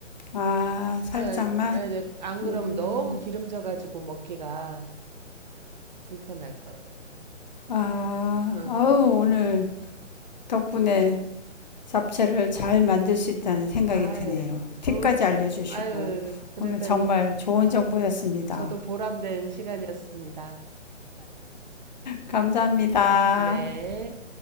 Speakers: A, on the left (about 35°); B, on the right (about 35°).
A: 아, 살짝만?
B: 아, 아, 네. 안 그럼
A: 음,
B: 너무 기름져가지고 먹기가 불편할 거예요.
A: 아,
B: 어, 어.
A: 아우, 오늘 덕분에 잡채를 잘 만들 수 있다는 생각이
B: 아유,
A: 드네요.
B: 좋은,
A: 팁까지 알려주시고,
B: 아유, 그랬더니
A: 오늘 정말 좋은
B: 저도,
A: 정보였습니다.
B: 저도 보람된 시간이었습니다.
A: 감사합니다.
B: 네.